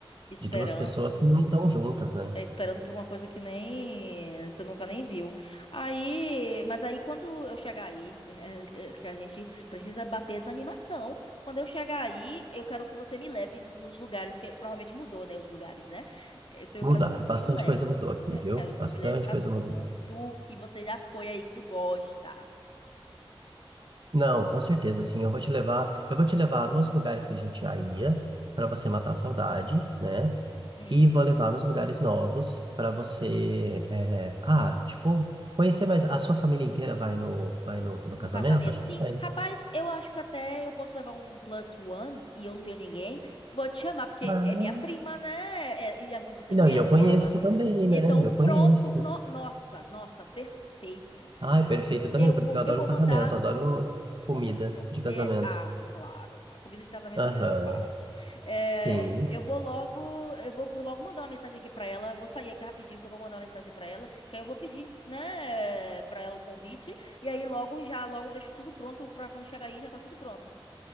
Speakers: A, on the left; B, on the right.
A: esperando,
B: de duas pessoas que não estão juntas, né?
A: é, esperando por uma coisa que nem você nunca nem viu. Aí, mas aí quando eu chegar aí, <laughs> é, é, que a gente precisa bater essa animação. Quando eu chegar aí, eu quero que você me leve no- nos lugares, porque provavelmente mudou, né, os lugares, né? Então eu
B: Mudar.
A: quero que tu
B: Bastante
A: me leve.
B: coisa mudou aqui,
A: É,
B: viu?
A: quero que
B: Bastante
A: tu me leve pra
B: coisa mudou.
A: tudo que você já foi aí que tu gosta.
B: Não, com certeza, sim. Eu vou te levar, eu vou te levar nos lugares que a gente já ia para você matar a saudade, né?
A: Uhum.
B: E vou levar nos lugares novos para você, é, ah, tipo, conhecer mais. A sua família inteira vai no, vai no, no
A: No
B: casamento?
A: casamento,
B: Acho
A: sim.
B: que vai.
A: Rapaz, eu acho que até eu posso levar um plus one e eu não tenho ninguém. Vou te chamar, porque
B: Ah,
A: é minha prima, né? É- e a- e você
B: não,
A: conhece
B: e eu conheço
A: ela.
B: também, né?
A: Então,
B: Eu conheço.
A: pronto. No- nossa, nossa, perfeito.
B: Ai,
A: Ah,
B: perfeito também,
A: Eu
B: porque
A: vou,
B: eu adoro
A: eu vou
B: um casamento,
A: mandar.
B: eu adoro
A: Com
B: comida
A: certeza.
B: de casamento.
A: E, ah, claro. A comida de casamento
B: Aham,
A: é a melhor parte. É,
B: sim.
A: eu vou logo, eu vou logo mandar uma mensagem aqui pra ela. Eu vou sair aqui rapidinho que eu vou mandar uma mensagem pra ela, que aí eu vou pedir, né, pra ela o convite. E aí logo já, logo deixo tudo pronto pra quando chegar aí já tá tudo pronto.